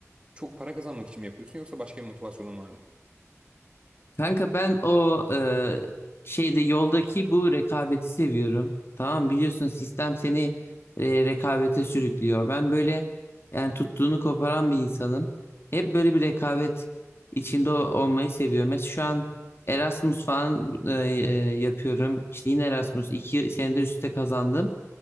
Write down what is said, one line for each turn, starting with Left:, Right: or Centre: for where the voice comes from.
Right: çok para kazanmak için mi yapıyorsun yoksa başka bir motivasyonun var mı?
Left: Kanka ben o e, şeyde yoldaki bu rekabeti seviyorum. Tamam biliyorsun sistem seni e, rekabete sürüklüyor. Ben böyle yani tuttuğunu koparan bir insanım. Hep böyle bir rekabet içinde o- olmayı seviyorum. Mesela şu an Erasmus falan e, e, yapıyorum. İşte yine Erasmus iki senedir üstte kazandım.